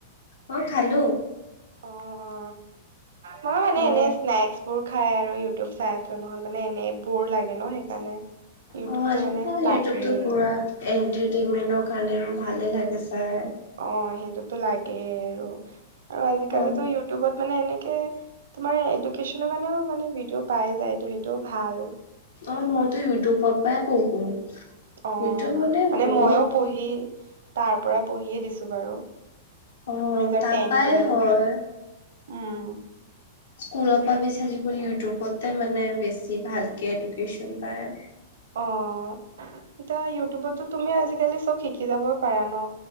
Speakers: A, on the left; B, on the right.
A: অ খালো।
B: অ অ মই মানে
A: অ
B: এনে স্নেক্স সোৰ খাই আৰু ইউটিউব চাই আছিলোঁ নহ'ল মানে এনেই বোৰ লাগে ন সেইকাৰণে ইউটিউবটো
A: অ' আজিকালি
B: মানে লাগেই
A: ইউটোবটো পুৰা এণ্টিটেইনমেন্টৰ কাৰণ আৰু ভালে লাগে। চাই
B: অ সেইটোতো লাগেই আৰু আৰু আজিকালি
A: অ
B: ইউটিউবত মানে এনেকে তোমাৰ এডুকেচনৰ কাৰণেও মানে ভিডিঅ' পাই যায়টো সেইটো ভাল।
A: অ' মইতো ইউটোবৰ পৰাই পঢ়ো।
B: অ
A: ইউটিউব
B: মানে
A: বহুত
B: মইও পঢ়ি তাৰ পৰা পঢ়িয়ে দিছো বাৰু
A: অ
B: নিজৰ
A: তাপাই
B: টেন-টোৱেলভ।
A: হয়
B: উম,
A: স্কুলৰ পৰা বেছি আজিকালি ইউটিউবতে মানে বেছি ভালকে এডুকেশ্যন পায়।
B: অ' এতিয়া ইউটিউবতো তুমি আজিকালি চব শিকি যাব পাৰা ন।